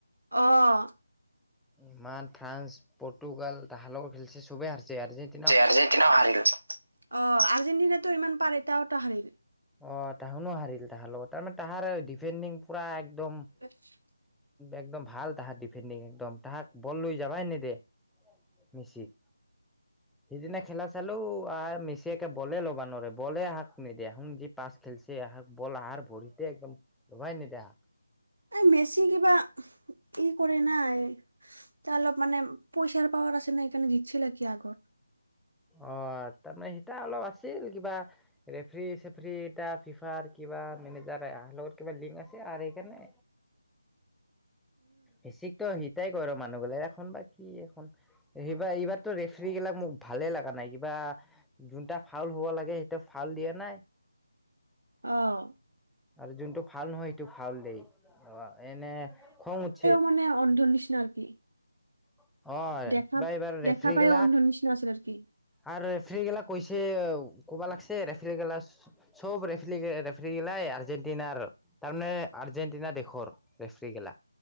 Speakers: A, on the right (about 70°); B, in the centre.
A: অঁ
B: ইমান ফ্ৰান্স পৰ্তুগাল তাহাৰ লগত খেলিছে চবেই হাৰছে আৰ্জিন
A: যে আৰ্জেণ্টিনাও হাৰি গৈছে অ আৰ্জেন্টিনাটো ইমান পাৰে এটাওটা হাৰিল
B: অ তাহোনো হাৰিল তাহাৰ লগত তাৰমানে তাহাৰ ডিফেণ্ডিং পুৰা একদম
A: আচ্ছা।
B: একদম ভাল তাহাৰ ডিফেণ্ডিং একদম তাহাক বল লৈ যাবাই নে দে। মেচিক সিদিনা খেলা চালো আহ মেচিয়ে একে বলে ল'বা নোৱাৰে বলে হাক নিদিয়ে শু পাচ খেলছে বল হাৰ ভৰিতে একদম লবাই নে দা
A: এই মেচি কিবা ই কৰে না তাৰ অলপ মানে পইচাৰ পাৱাৰ আছে ন সেইকাৰণে জিতছিল কি আগত।
B: অ তাৰমানে সিতা অলপ আছিল কিবা ৰেফ্ৰি চেফ্ৰি ইটা ফিফাৰ কিবা মেনেজাৰ লগত কিবা লিংক আছে আৰু সেইকাৰণে মেছিকতো হিটাই কৰে মানুহ বিলাই এখন বা কি এখন সেইবা এইবাৰতো ৰেফৰী গিলাক মোক ভালে লাগা নাই কিবা যোনটা ফাউল হ'ব লাগে সেইটো ফাউল দিয়া নাই।
A: অ'।
B: আৰু যোনটো ফাউল নহয় সেইটো ফাউল দেই, অ', এনে খং উঠ
A: মানে অন্ধ নিচিনাৰ নেকি?
B: অ',
A: দেখা,
B: কিবা এইবাৰ
A: দেখা
B: ৰেফ্ৰি
A: পাইও
B: গিলা
A: অন্ধ নিচিনা আছিলে আৰকি
B: আৰু ৰেফাৰী গেলাক কৈছে ক'বা লাগিছে, ৰেফাৰী গেলাক চব ৰেফলি, ৰেফ গিলাই আৰ্জেণ্টিনাৰ তাৰমানে আৰ্জেণ্টিনা দেশৰ ৰেফ্ৰী গেলা